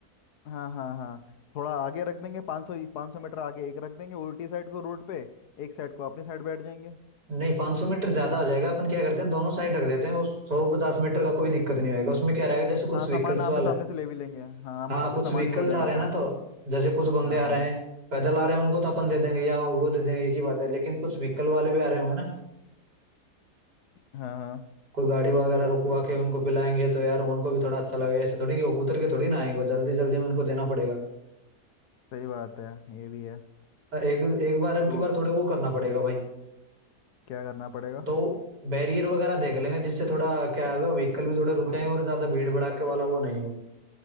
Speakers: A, on the left; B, on the right.
A: हाँ हाँ हाँ थोड़ा आगे रख देंगे 500 500 मीटर आगे एक रख देंगे उल्टी साइड को रोड पे एक साइड को अपनी साइड बैठ जाएंगे
B: नहीं 500 मीटर ज्यादा हो जाएगा अपन क्या करते हैं दोनों साइड रख देते हैं वो सौ पचास मीटर का कोई दिक्कत नहीं होगा उसमें क्या रहेगा जैसे कुछ
A: हाँ
B: व्हीकल्स
A: सामान आमने
B: वाले
A: सामने से ले भी लेंगे हाँ आमने
B: हाँ
A: सामने
B: कुछ
A: सामान
B: व्हीकल्स
A: भी हो जाएगा
B: आ रहे
A: अपना
B: हैं ना तो जैसे कुछ बंदे
A: हाँ
B: आ रहे
A: हाँ
B: हैं पैदल आ रहे हैं उनको तो अपन दे देंगे या वो दे देंगे एक ही बात है लेकिन कुछ व्हीकल वाले भी आ रहे होंगे ना
A: हाँ हाँ
B: कोई गाड़ी वगैरह रुकवा के उनको पिलाएंगे तो यार उनको भी थोड़ा अच्छा लगेगा ऐसे थोड़ी कि वो उतर के थोड़ी ना आएंगे वो जल्दी जल्दी में उनको देना पड़ेगा
A: सही बात है ये भी है
B: एक एक बार अब
A: तो
B: की बार थोड़े वो करना पड़ेगा भाई
A: क्या करना पड़ेगा
B: तो बैरियर वगैरह देख लेंगे जिससे थोड़ा क्या है व्हीकल भी थोड़े रुक जाएंगे और ज्यादा भीड़ भड़ाके वाला वो नहीं हो